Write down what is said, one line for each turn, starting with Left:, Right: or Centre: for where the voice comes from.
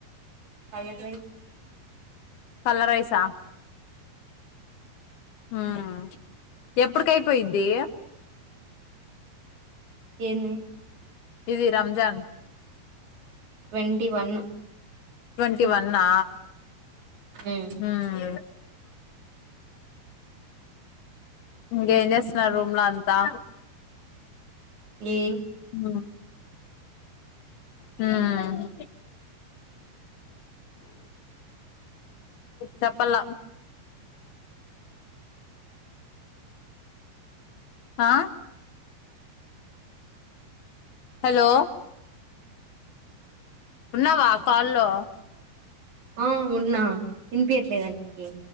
Right: tiger rice
Left: colour రైసా ఉమ్ ఎప్పుడుకై పోయిది
Right: ఏంది
Left: ఇది రంజాన్
Right: ట్వంటి వన్
Left: ట్వంటి వన్నా
Right: ఉమ్
Left: మ్ ఇంగేం చేస్తున్నారు రూమ్ లో అంతా
Right: ఏ
Left: ఉమ్ ఉమ్ చెప్పల్ల ఆ హలో ఉన్నావా కాల్లో
Right: ఆ ఉన్నా వినిపియట్లేదా నికి